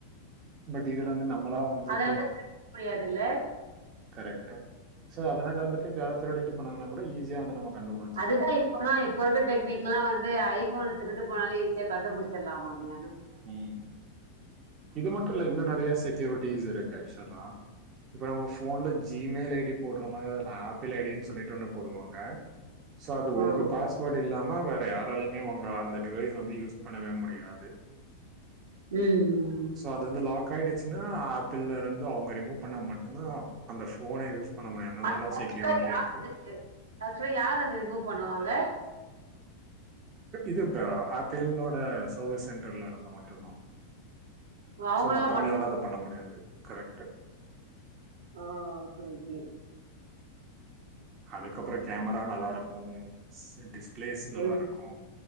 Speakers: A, on the right; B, on the right.
A: பட் இதுல வந்து நம்மளா வந்து
B: கழட்ட முடியாதுல்ல
A: கரெக்ட்ட சோ அதனால வந்துட்டு யாரா திருடிட்டு போனாங்கன்னா கூட ஈசியா வந்து நம்ம கண்டுபிடிச்சிடலாம்.
B: அதுதா இப்போல்லா இப்போ இருக்குற டெக்னிக்லா வந்து ஐஃபோன் திருடு போனாலே ஈஸியா கண்டுபிடிச்சர்லாமாமே
A: ம் இது மட்டு இல்ல இன்னு நெறையா செக்யூரிட்டிஸ் இருக்கு ஆக்சுவலா இப்போ நம்ம ஃபோன்ல ஜி மெயில் ஐ டி போடுற மாரி அதுல ஆப்பிள் ஐ டி ன்னு சொல்லிட்டு ஒன்னு போடுவாங்க சோ அது
B: ம்.
A: உங்க பாஸ் வேர்டு இல்லாம வேற யாராலயுமே உங்க அந்த டிவைஸ் வந்து யூஸ் பண்ணவே முடியாது
B: ம்
A: சோ அது வந்து லாக் ஆயிடுச்சுன்னா ஆப்பிள்லருந்து அவங்க ரிமூவ் பண்ணா மட்டுந்தா அந்த ஃபோன யூஸ் பண்ண முடியு அந்த
B: அது
A: மாரிலா
B: ஆக்சுவலா
A: செக்யூரிட்டி இருக்கு
B: <unintelligible> ஆக்சுவலா யார் அத ரிமூவ் பண்ணுவாங்க
A: இது இப்ப ஆப்பிள்ளோட சர்வீஸ் சென்டர்ல இருந்து மட்டுந்தா
B: அவங்களால
A: சோ மத்தவங்களால
B: முடியல.
A: அத பண்ண முடியாது கரெக்டு
B: ஓ ஓகே ஓகே
A: அதுக்கப்புறோ கேமரா நல்லா இருக்கு ஸ் டிஸ் பிளேஸ் நல்லாருக்கு
B: ம்.